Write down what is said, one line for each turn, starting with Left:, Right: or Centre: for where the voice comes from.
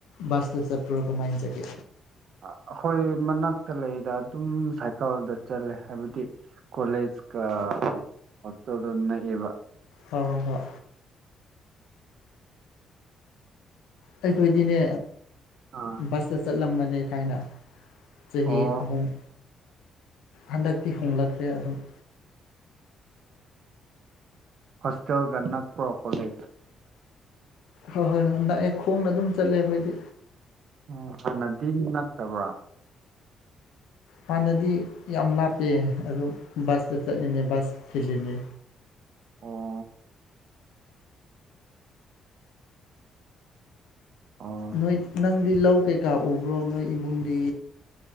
Left: ꯕꯥꯥꯁꯇꯨ ꯆꯄ꯭ꯔꯣ ꯀꯃꯥꯏ ꯆꯀꯦ
Right: ꯑ ꯑꯩꯈꯣꯏ ꯃꯅꯥꯛꯇ ꯂꯩꯗ ꯑꯗꯨꯝ ꯁꯥꯏꯀꯜꯗ ꯆꯠꯂꯦ ꯍꯥꯏꯕꯗꯤ ꯀꯣꯂꯦꯖ ꯀ ꯍꯣꯁꯇꯦꯜꯗꯨ ꯅꯛꯏꯕ
Left: ꯍꯣ ꯍꯣ ꯍꯣ ꯑꯩꯈꯣꯏꯗꯤꯅꯦ
Right: ꯑꯥ
Left: ꯕꯁꯇ ꯆꯠꯂꯝꯕꯅꯤ ꯊꯥꯏꯅ ꯆꯍꯤ
Right: ꯑꯣ
Left: ꯑꯍꯨꯝ ꯍꯟꯗꯛꯇꯤ ꯍꯣꯡꯂꯛꯇ꯭ꯔꯦ ꯑꯗꯨꯝ
Right: ꯍꯁꯇꯦꯜꯦꯜꯒꯟꯅ ꯄ꯭ꯔꯣꯄꯣꯂꯦ
Left: ꯍꯣꯏ ꯍꯣꯏ ꯍꯣꯏ ꯅꯛꯑꯦ ꯈꯣꯡꯅ ꯑꯗꯨꯝ ꯆꯠꯂꯦ ꯑꯩꯈꯣꯏꯗꯤ
Right: ꯎꯝ ꯐꯥꯟꯅꯗꯤ ꯅꯛꯇꯕ꯭ꯔꯥ
Left: ꯍꯥꯟꯅꯗꯤ ꯌꯥꯝ ꯂꯥꯞꯄ ꯑꯗꯨꯝ ꯕꯁꯇ ꯆꯠꯂꯤꯅꯦ ꯕꯁ ꯊꯤꯜꯂꯤꯅꯦ
Right: ꯑꯣ ꯑꯣ
Left: ꯅꯣꯏ ꯅꯪꯗꯤ ꯂꯧ ꯀꯩꯀꯥ ꯎꯕ꯭ꯔꯣ ꯅꯣꯏ ꯏꯃꯨꯡꯗꯤ